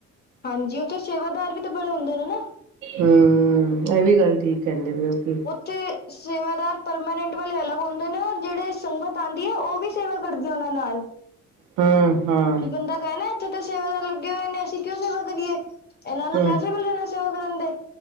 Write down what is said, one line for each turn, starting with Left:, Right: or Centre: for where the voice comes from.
Left: ਹਂਜੀ ਉੱਥੇ ਸੇਵਾਦਾਰ ਵੀ ਤਾਂ ਬੜੇ ਹੁਣ ਦੇ ਨੇ ਨਾ,
Right: ਹਮ ਇਹ ਵੀ ਗੱਲ ਠੀਕ ਕਹਿੰਦੇ ਪਏ ਉਹ ਕਿ,
Left: ਤੇ ਸੇਵਾਦਾਰ ਪਰਮਾਨੈਂਟ ਵਾਲੇ ਅਲੱਗ ਹੁੰਦੇ ਨੇ ਹੋਰ ਜਿਹੜੇ ਸੰਗਤ ਆਉਂਦੀ ਐ ਉਹ ਵੀ ਸੇਵਾ ਕਰਦੀ ਉਹਨਾਂ ਨਾਲ,
Right: ਹਮ ਹਾਂ,
Left: ਕੀ ਬੰਦਾ ਕਏ ਨਾ ਇੱਥੇ ਤਾਂ ਸੇਵਾਦਾਰ ਲੱਗੇ ਹੋਏ ਨੇ ਅਸੀਂ ਕਿਉਂ ਸੇਵਾ ਕਰੀਏ। ਇਹਨਾਂ ਨੂੰ
Right: ਹਮ
Left: ਪੈਸੇ ਮਿਲ ਜਾਂ ਨੇ ਸੇਵਾ ਕਰਨ ਦੇ